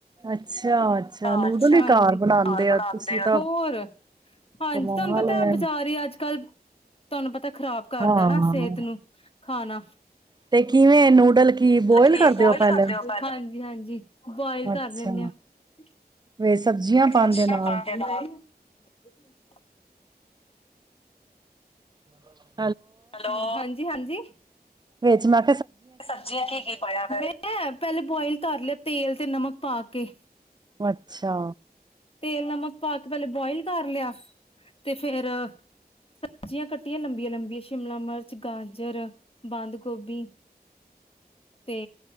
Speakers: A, on the right; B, on the left.
A: ਅੱਛਾ ਅੱਛਾ
B: ਹਾਂਜੀ,
A: ਨੂਡਲ ਹੀ ਘਰ ਬਣਾਉਂਦੇ
B: ਘਰ ਈ
A: ਆ
B: ਬਣਾਂਦੇ
A: ਤੁਸੀਂ
B: ਔ।
A: ਤਾਂ
B: ਹੋਰ ਹਾਂਜੀ
A: ਕਮਾਲ
B: ਤੁਹਾਨੂੰ ਪਤਾ
A: ਏ।
B: ਬਜ਼ਾਰੀ ਅੱਜਕੱਲ ਤੁਹਾਨੂੰ ਪਤਾ ਖ਼ਰਾਬ ਕਰਦਾ
A: ਹਾਂ,
B: ਨਾ ਸਿਹਤ ਨੂੰ ਖਾਣਾ
A: ਤੇ ਕਿਵੇਂ ਨੂਡਲ
B: ਤੇ ਕੀ ਬੋਇਲ
A: ਹੋ ਪਹਿਲੇ?
B: ਕਰਦੇ ਓ ਪੇਹ੍ਲਾਂ ਹਾਂਜੀ ਹਾਂਜੀ ਬੋਇਲ
A: ਅੱਛਾ,
B: ਕਰ ਲੈਂਣੇ ਆ। <unintelligible>
A: ਵੇ ਸਬਜ਼ੀਆਂ ਪਾਉਂਦੇ ਨਾਲ। <unintelligible>
B: ਹੇਲੋ, ਹਾਂਜੀ ਹਾਂਜੀ।
A: ਵਿਚ ਮੈਂ
B: ਸਬਜ਼ੀਆਂ ਕੀ-ਕੀ ਪਾਇਆ ਫੇਰ? ਮੈਂ ਪਹਿਲੇ ਬੋਇਲ ਕਰ ਲਿਆ ਤੇਲ ਤੇ ਨਮਕ ਪਾ ਕੇ ਕੇ
A: ਅੱਛਾ
B: ਤੇਲ ਨਮਕ ਪਾ ਕੇ ਪਹਿਲੇ ਬੋਇਲ ਕਰ ਲਿਆ ਤੇ ਫੇਰ ਸਬਜ਼ੀਆਂ ਕੱਟੀਆਂ ਲੰਬੀਆਂ-ਲੰਬੀਆਂ ਸ਼ਿਮਲਾ ਮਿਰਚ ਗਾਜਰ ਬੰਦ ਗੋਭੀ ਤੇ